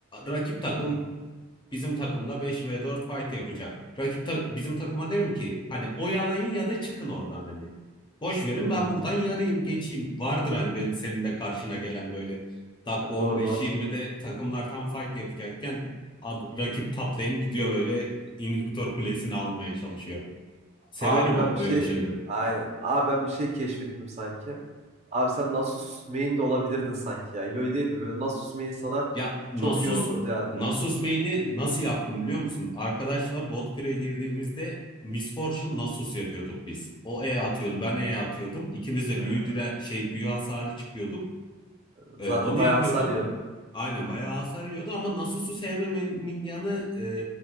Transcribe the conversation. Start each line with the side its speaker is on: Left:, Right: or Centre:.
Left: rakip takım
Right: Hmm,
Left: bizim takımla beş ve dört fight yapacak. Rakip ta- bizim takıma derim ki hani oyalayın ya da çıkın oradan hani. Boş verin
Right: hmm.
Left: ben buradan yarayım geçeyim. Vardır hani benim, senin de karşına gelen böyle dakika
Right: E,
Left: 15-20'de
Right: Doğru doğru.
Left: takımlar tam fight yapacakken ad- rakip top lane gidiyor böyle inhibitor kulesini almaya çalışıyor. Severim
Right: Abi
Left: o
Right: ben bir
Left: öyle
Right: şey
Left: şeyleri.
Right: aynen. Abi ben bir şey keşfettim sanki. Abi sen Nasus main de olabilirdin sanki ya. Illaoi değil de böyle Nasus main sana
Left: Ya Nasus
Right: çok iyi olurdu yani.
Left: Nasus main'i nasıl yaptım biliyor musun? Arkadaşla bot pire girdiğimizde Miss Fortune Nasus yapıyorduk biz. O E atıyordu, ben E atıyordum. İkimiz de
Right: E,
Left: büyü dire şey büyü hasarı çıkıyorduk.
Right: Zaten
Left: Ee, onu
Right: bayağı
Left: yapıyordum.
Right: hasar yiyordu.
Left: Aynen bayağı hasar yiyordu ama Nasus'u sevmememin yanı e,